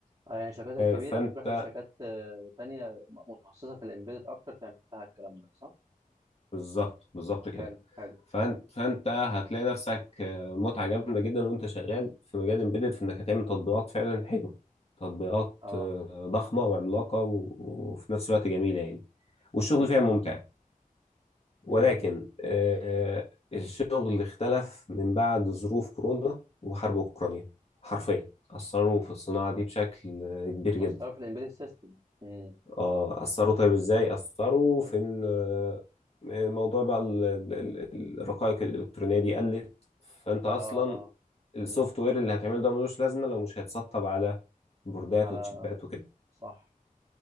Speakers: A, on the right (about 30°); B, on the left (about 45°).
A: آه، يعني الشركات الكبيره
B: فأنت
A: بتروح لشركات آه، تانية متخصصه في الامبيدد اكتر تعمل لها الكلام ده صح
B: بالظبط بالظبط كده
A: حلو حلو
B: فانت فانت هتلاقي نفسك آه، متعه جامده جدا وانت شغال في مجال امبيدد في انك هتعمل تطبيقات فعلا حلوه تطبيقات
A: اه
B: آه، ضخمه وعملاقه و- وفي نفس الوقت جميله يعني والشغل
A: مم.
B: فيها ممتع ولكن
A: مم. مم.
B: آه، الشغل اختلف من بعد ظروف كورونا وحرب اوكرانيا حرفيا اثروا في الصناعه دي بشكل آه، كبير جدا
A: اصلا في الامبيدد سيستم مم.
B: اه اثروا طيب ازاي اثروا
A: مم.
B: في ان آه، موضوع بقى ال- ال- ال- الرقائق الالكترونيه دي قلت فانت
A: اه
B: اصلا
A: اه
B: السوفت
A: مم.
B: وير اللي هتعمله ده ملوش لازمه لو مش هيتسطب على بوردات
A: على
B: وتشيبات وكده
A: صح